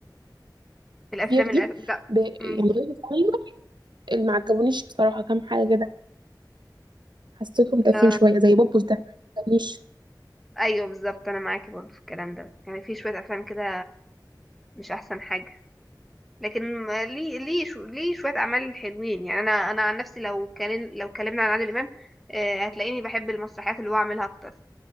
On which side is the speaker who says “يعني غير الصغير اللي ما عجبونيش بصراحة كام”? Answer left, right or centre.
Right